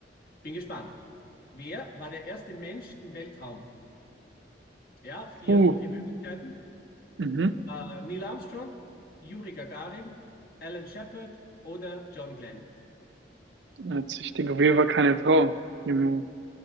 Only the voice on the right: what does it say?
Uh.
Mhm.
Also ich denke auf jeden Fall keine Frau. Hm,